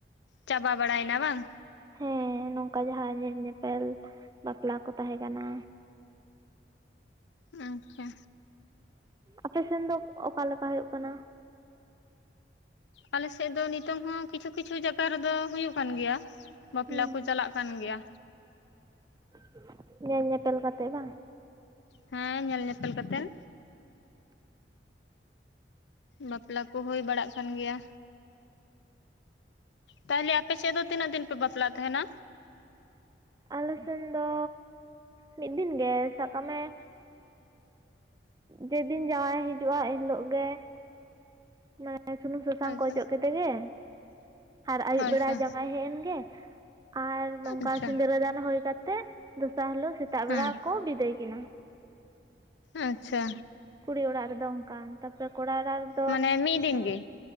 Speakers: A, on the left; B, on the right.
A: ᱪᱟᱵᱟ ᱵᱟᱲᱟᱭᱱᱟ ᱵᱟᱝ?
B: ᱦᱮᱸ ᱱᱚᱝᱠᱟ ᱡᱟᱦᱟᱸ ᱧᱮᱞ ᱧᱮᱯᱮᱞ ᱵᱟᱯᱞᱟ ᱠᱚ ᱛᱟᱦᱮᱸ ᱠᱟᱱᱟ
A: ᱟᱪᱪᱷᱟ
B: ᱟᱯᱮᱥᱮᱱ ᱫᱚ ᱚᱠᱟᱞᱮᱠᱟ ᱦᱳᱭᱳᱜ ᱠᱟᱱᱟ?
A: ᱟᱞᱮᱥᱮᱫ ᱫᱚ ᱱᱤᱛᱚᱝ ᱦᱚᱸ ᱠᱤᱪᱷᱩ ᱠᱤᱪᱷᱩ ᱡᱟᱜᱟ ᱨᱮᱫᱚ ᱦᱩᱭᱩᱜ ᱠᱟᱱ ᱜᱮᱭᱟ ᱵᱟᱯᱞᱟ
B: ᱦᱩᱸ
A: ᱠᱚ ᱪᱟᱞᱟᱜ ᱠᱟᱱ ᱜᱮᱭᱟ
B: <inaudible> ᱧᱮᱞ ᱧᱮᱯᱮᱞ ᱠᱟᱛᱮ ᱵᱟᱝ
A: ᱦᱮᱸ ᱧᱮᱞ ᱧᱮᱯᱮᱞ ᱠᱟᱛᱮᱱ ᱵᱟᱯᱞᱟ ᱠᱩ ᱦᱩᱭ ᱵᱟᱲᱟᱜ ᱠᱟᱱ ᱜᱮᱭᱟ ᱛᱟᱦᱚᱞᱮ ᱟᱯᱮ ᱥᱮᱫ ᱫᱚ, ᱛᱤᱱᱟᱹᱜ ᱫᱤᱱ ᱯᱮ ᱵᱟᱯᱞᱟᱜ ᱛᱟᱦᱮᱱᱟ?
B: ᱟᱞᱮ ᱥᱮᱱ ᱫᱚ ᱢᱤᱫ ᱫᱤᱱ ᱜᱮ ᱥᱟᱵ ᱠᱟᱜ ᱢᱮᱸ ᱡᱮ ᱫᱤᱱ ᱡᱟᱣᱟᱭ ᱦᱤᱡᱩᱜ-ᱟ ᱮᱱ ᱦᱤᱞᱳᱜ ᱜᱮ ᱢᱟᱱᱮ ᱥᱩᱱᱩᱢ ᱥᱟᱥᱟᱝ
A: ᱟᱪᱪᱷᱟ
B: ᱠᱚ ᱚᱡᱚᱜ ᱠᱮᱫᱮ ᱜᱮ ᱟᱨ ᱟᱭᱩᱵ
A: ᱟᱪᱪᱷᱟ
B: ᱵᱮᱲᱟ ᱡᱟᱣᱟᱭ ᱦᱮᱡ ᱮᱱ ᱜᱮ ᱟᱨ ᱱᱚᱝᱠᱟ
A: ᱟᱪᱪᱷᱟ
B: ᱥᱤᱸᱫᱽᱨᱟᱹᱫᱟᱱ ᱦᱳᱭ ᱠᱟᱛᱮᱜ ᱫᱚᱥᱟᱨ ᱦᱤᱞᱳᱜ ᱥᱮᱛᱟᱜ
A: ᱦᱮᱸ
B: ᱵᱮᱲᱟ ᱠᱚ ᱵᱤᱫᱟᱹᱭ ᱠᱤᱱᱟ
A: ᱟᱪᱷᱟ
B: ᱠᱩᱲᱤ ᱚᱲᱟᱜ ᱨᱮ ᱫᱚ ᱚᱱᱠᱟᱱ ᱛᱟᱨᱯᱚ ᱨᱮ ᱠᱚᱲᱟ ᱚᱲᱟᱜ ᱨᱮᱫᱚ
A: ᱢᱟᱱᱮ ᱢᱤᱫ ᱫᱤᱱ
B: ᱮᱜ
A: ᱜᱮ